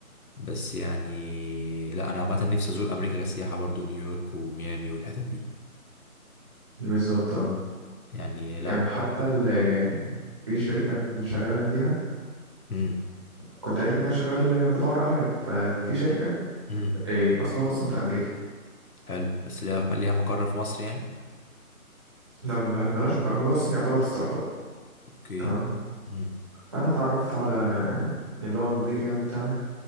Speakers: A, on the left; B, on the right.
A: بس يعني لا انا عامة نفسي ازور امريكا كسياحة برضو نيويورك وميامي والحتت دي
B: بالظبط اه
A: يعني لا
B: يعني حتى ال في شركة اللي شغال أنا فيها
A: امم
B: كنت قايل لك إن أنا شغال بدور على عيب. ففي شركة
A: امم
B: إيه، أصلها أصلا في أمريكا
A: حلو بس ليها ليها مقر في مصر يعني
B: لا ملهاش ملهاش مقر هو أصلا يعتبر ستارت أب
A: اوكي
B: تمام
A: امم
B: فأنا اتعرفت على اللي هو المدير يعني بتاعنا